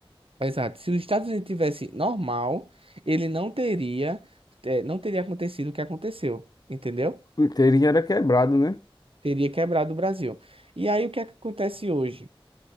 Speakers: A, on the right; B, on the left.
A: Exato. Se os Estados Unidos tivesse normal, ele não teria, eh, não teria acontecido o que aconteceu, entendeu?
B: O inteiro já era quebrado, né?
A: Teria quebrado o Brasil. E aí o que é que acontece hoje?